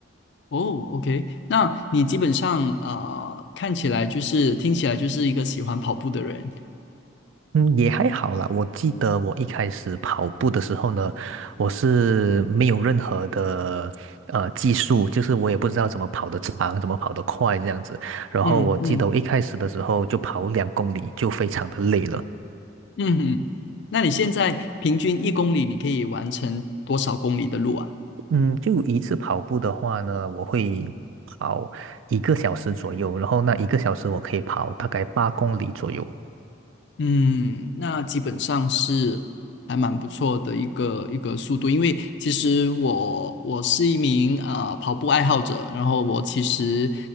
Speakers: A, on the left; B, on the right.
A: 哦，OK，那你基本上啊、呃看起来就是听起来就是一个喜欢跑步的人。
B: 嗯，也还好啦。我记得我一开始跑步的时候呢，我是没有任何的呃技术，就是我也不知道怎么跑得长，怎么跑得快这样子。然后我记得我一开始的时候就跑两公里，
A: 嗯嗯
B: 就非常的累了。
A: 嗯嗯。那你现在平均一公里你可以完成多少公里的路啊？
B: 嗯，就一次跑步的话呢，我会跑一个小时左右，然后那一个小时我可以跑大概八公里左右。
A: 嗯，那基本上是还蛮不错的一个一个速度，因为其实我我是一名啊、呃跑步爱好者，然后我其实